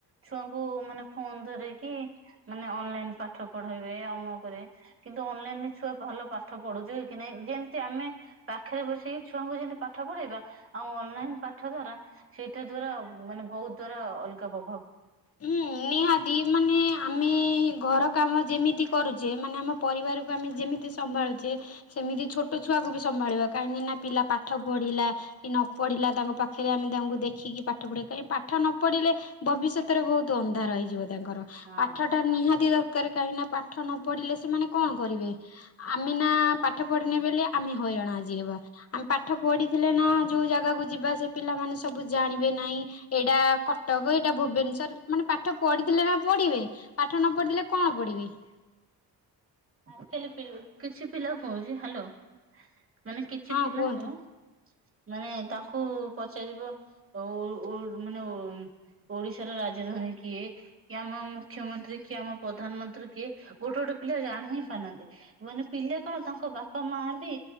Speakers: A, on the right; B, on the left.
A: ଛୁଆଙ୍କୁ ମାନ ଫୋନ ଧର କିି ମାନେ ଅନଲାଇ ପାଠ ପଢେଇବେ ଅମକ କରିବେ କିନ୍ତୁ ଅନଲାଇନ୍ ମତି ଛୁଆ ଭଲ ପାଠ ପଢୁଛୁ କି ନାଇଁ ଯେମିତି ଆମେ ପାଖରେ ବସିକି ଛୁଆଙ୍କୁ ଯେମିତି ପାଠ ପଢେଇବା ଆଉ ଅନଲାଇନ ପାଠ ଦ୍ଵାରା ସେଇଟା ଦ୍ଵାରା ମାନେ ବହୁତ ଦ୍ଵାରା ଅଲଗା ପବ
B: ହୁଁ ନିହାତି ମାନେ ଆମେ ଘର କାମ ଯେମିତି କରୁଚେ ମାନେ ଆମ ପରିବାରକୁ ଆମେ ଯେମିତି ସମ୍ଭାଳୁଚେ ସେମିତି ଛୋଟ ଛୁଆକୁ ବି ସମ୍ଭାଳିବା। କାହିଁକି ନା ପିଲା ପାଠ ପଢିଲା କି ନ ପଢିଲା ତାଙ୍କ ପାଖରେ ଆମେ ତାଙ୍କୁ ଦେଖିକି ପାଠ ପଢିବା କାହିଁକି ପା ପାଠ ନ ପଢିଲେ ଭବିଷ୍ୟତରେ ବହୁତ ଅନ୍ଧାର ହେଇଯିବ ତାଙ୍କର
A: ହଁ।
B: ପାଠ ଟା ନିହାତି ଦର ରେ କାହିଁକି ନା ପାଠ ନ ପଢିଲେ ସେମାନେ କଣ କରିବେ? ଆମେ ନା ପାଠ ପଢିନେ ବଲେ ଆମେ ହ ହଇରାଣ ଆଜି ହେବା, ଆମେ ପାଠ ପଢିଥିଲେ ନା ଯଉ ଜାଗାକୁ ଯିବା ସେ ପିଲାମାନେ ସବୁ ଜାଣିବେ ନାଇଁ ଏଇଟା କଟକ । ଆ ଏଇଟା ଭୁବନେଶ୍ୱର ମାନେ ପାଠ ପଢିଥିଲେ ନା ପଢିବେ ପାଠ ନ ପଢିଥିଲେ କଣ ପଢିବେ ।
A: ଆଜ କାଲି କିଛି ପିଲା କହୁଛି ହ୍ୟାଲୋ। ମାନେ କିଛି
B: ହଁ
A: ପିଲାଙ୍କୁ
B: କୁହନ୍ତୁ।
A: ମାନେ ତାଙ୍କୁ ପଚାରିବ ଉ ମାନେ ଉ ଓଡିଶାର ରାଜଧାନୀ କିଏ କି ଆମ ମୁଖ୍ୟମନ୍ତ୍ରୀ କିଏ ଆମ ପ୍ରଧାନମନ୍ତ୍ରୀ କିଏ ଗୋଟେ ଗୋଟେ ପିଲା ଜାଣି ହିଁ ପାରନ୍ତି ମାନେ ପିଲା କଣ ତାଙ୍କ ବାପା ମା ବି